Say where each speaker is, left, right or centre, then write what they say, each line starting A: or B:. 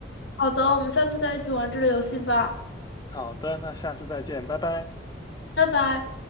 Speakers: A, on the left; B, on the left.
A: 好的，我们下次再一起玩这个游戏吧，
B: 好的，那下次再见，拜拜。
A: 拜拜。